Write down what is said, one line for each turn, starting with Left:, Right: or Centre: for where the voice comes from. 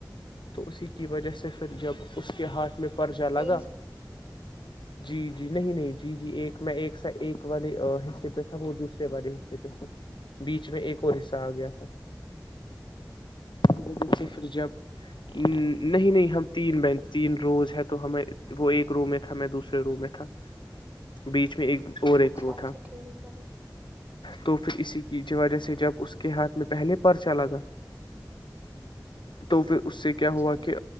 Left: تو اسی کی وجہ سے سے پھر جب اس کے ہاتھ میں پررشہ الگا
Right: ایک
Left: جی جی جی نہیں نہیں جی جی ایک میں ایک سا ایک والے حصے پہ تھا وہ دوسرے والے حصے پہ تھا بیچ میں ایک اور حصہ آ گیا تھا جیسے پھر جب <inaudible> ہ نہیں نہیں ہم تین بینچ تین روز ہے تو ہمیں وہ ایک روم میں تھا ہم دوسرے روم میں تھا بیچ میں ایک اور ایک
Right: اچھا
Left: رو
Right: اچھا
Left: تھا
Right: ٹھیک ہے
Left: تو پھر اسی کی وجہ سے جب اس کے ہاتھ میں پہلے پرچلاگا تو پھر اس سے کیا
Right: اچھا
Left: ہوا کہ